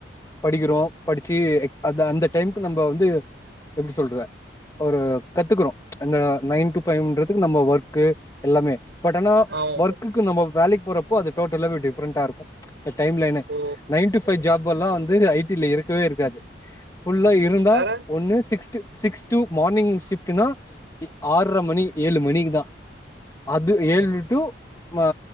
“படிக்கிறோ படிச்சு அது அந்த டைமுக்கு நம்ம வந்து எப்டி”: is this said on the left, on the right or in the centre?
Left